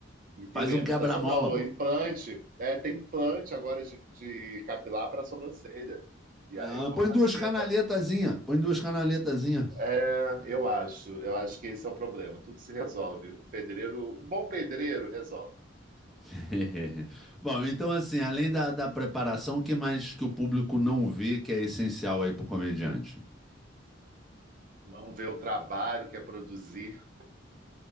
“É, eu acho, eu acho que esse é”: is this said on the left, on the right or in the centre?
Right